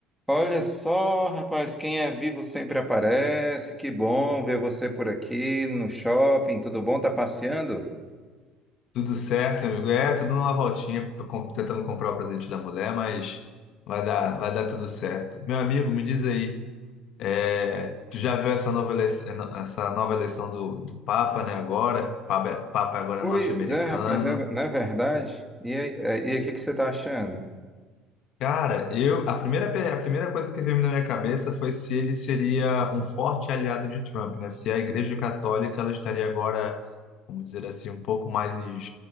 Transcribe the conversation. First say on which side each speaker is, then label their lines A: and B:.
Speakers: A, in the centre; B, on the left (about 65°).
A: Olha só, rapaz, quem é vivo sempre aparece. Que bom ver você por aqui no shopping. Tudo bom? Tá passeando?
B: Tudo certo, amigo. É, tudo numa voltinha, tô com- tentando comprar o presente da mulher, mas vai dar, vai dar tudo certo. Meu amigo, me diz aí, é, tu já viu essa nova eleição, essa nova eleição do, do Papa, né, agora? Papa, é- Papa agora
A: Pois
B: é norte-americano.
A: é, rapaz, é, não é verdade? E aí, é, e aí, o que que você tá achando?
B: Cara, eu, a primeira, pe- a primeira coisa que veio na minha cabeça foi se ele seria um forte aliado de Trump, né? Se a Igreja Católica, ela estaria agora vamos dizer assim, um pouco mais